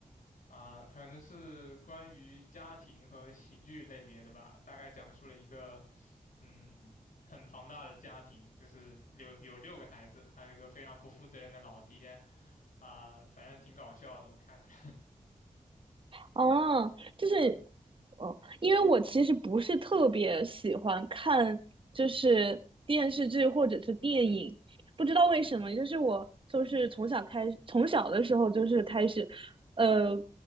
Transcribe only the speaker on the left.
啊，它可能是关于家庭和喜剧类别的吧，大概讲述了一个，嗯，很庞大的家庭，就是六有六个孩子，还有一个非常不负责任的老爹，啊、反正挺搞笑的，我看的。